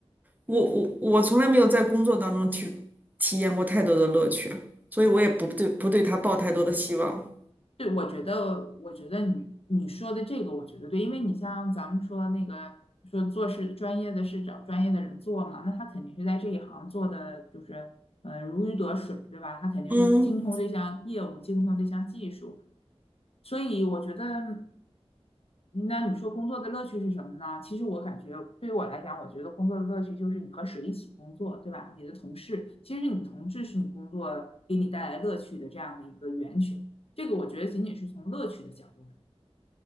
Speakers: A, on the right; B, on the left.
A: 我我我从来没有在工作当中体体验过太多的乐趣，所以我也不对不对他抱太多的希望。
B: 对，我觉得，我觉得你你说的这个，我觉得对，因为你像咱们说那个说做事专业的事找专业的人做嘛，那他肯定是在这一行做的就是呃如鱼得水，对吧？他肯定是精通这项业务，
A: 嗯
B: 精通这项技术，所以我觉得，嗯那你说工作的乐趣是什么呢？其实我感觉对于我来讲，我觉得工作的乐趣就是你和谁一起工作，对吧？你的同事，其实你同事是你工作给你带来乐趣的这样的一个源泉。这个我觉得仅仅是从乐趣的角度来，